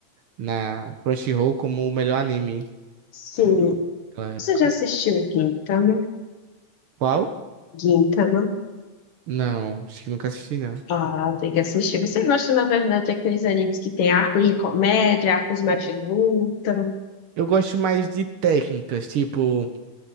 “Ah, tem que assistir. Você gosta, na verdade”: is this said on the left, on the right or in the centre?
Left